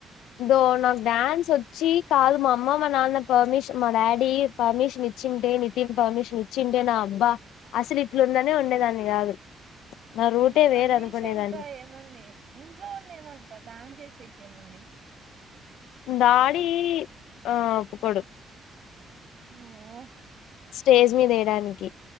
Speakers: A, on the left; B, on the right.
A: ో నాకు డాన్స్ వచ్చి కాదు మా అమ్మ మా నాన్న పర్మిషన్ మా డాడీ పర్మిషన్ ఇచ్చింటే, నితిన్ పర్మిషన్ ఇచ్చింటే నా అబ్బా అసలు ఇట్లుందనే ఉండేదాన్ని కాదు నా రూటే
B: నీ పర్మిషన్
A: వేరు అనుకునేదాన్ని
B: త ఏముంది ఇంట్లో లెమంతా డ్యాన్స్ చేసేకేముంది
A: డాడి ఆ ఒప్పుకోడు
B: హ మ్
A: స్టేజ్ మీద వేయడానికి